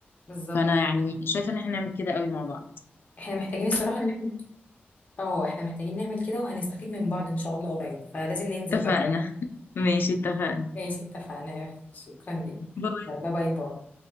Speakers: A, on the left; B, on the left.
A: بالظبط
B: فانا يعني شايفه ان احنا نعمل كده قوي مع بعض
A: احنا محتاجين الصراحة نعمل اه احنا محتاجين نعمل كده وهنستفيد من بعض ان شاء الله قريب فلازم ننزل
B: اتفقنا
A: بقى
B: <laughs> ماشي اتفقنا
A: ماشي اتفقنا شكرا ليك
B: باي
A: يلا باي باي